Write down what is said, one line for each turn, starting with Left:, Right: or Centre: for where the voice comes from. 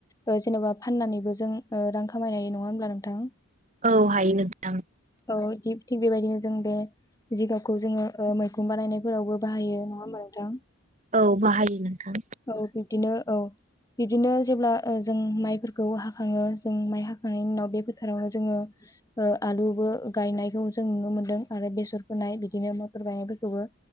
Left: खौ जेनबा फाननानैबो जों रां खामायनाय नङा होनोमब्ला नोंथां।
Right: औ हायो नोथां।
Left: औ थिग थिग बेबायदिनो जों बे जिगाखौ जोङो मैखुन बानायनायफोरावबो बाहायो नङा होमबा नोंथां।
Right: औ बाहायो। नोंथां
Left: औ दे। बिदिनो औ बिदिनो जेब्ला जों माइफोरखौ हाखाङो जों माइ हाखांनायनि उनाव बे फोथारावनो जोङो आलुबो गायनायखौ जों नुनो मोनदों आरो बेसर फोनाय बिदिनो माइफोर बायनायफोरखौबो